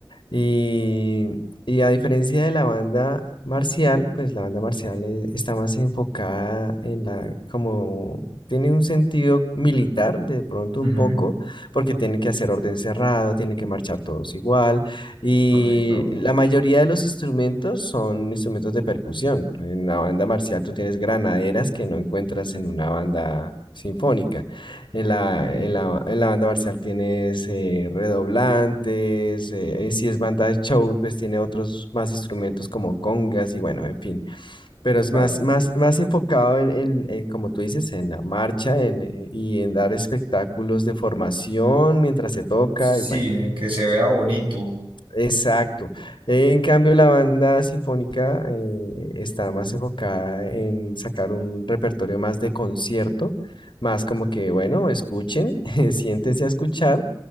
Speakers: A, on the left; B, on the right.
A: y, y a diferencia de la banda marcial, pues la banda marcial eh, está más enfocada en la, como tiene un sentido militar de pronto
B: Ujú,
A: un poco, porque tienen que hacer orden cerrado, tienen que marchar todos igual. Y
B: Correcto.
A: la mayoría de los instrumentos son instrumentos de percusión. En la banda marcial tú tienes granaderas que no encuentras en una banda sinfónica. En la,
B: Ok,
A: en la, en la banda marcial tienes eh, redoblantes, eh, eh, si es banda de show, pues tiene otros más instrumentos como congas y bueno, en fin, pero es
B: Vale.
A: más, más, más enfocado en, en- en, como tú dices, en la marcha en, eh, y en dar espectáculos de formación mientras se toca
B: Sí,
A: y bueno.
B: en que se vea bonito.
A: Exacto. En cambio, la banda sinfónica eh, está más enfocada en sacar un repertorio más de concierto, más como que, bueno, escuchen, <laughs> siéntense a escuchar.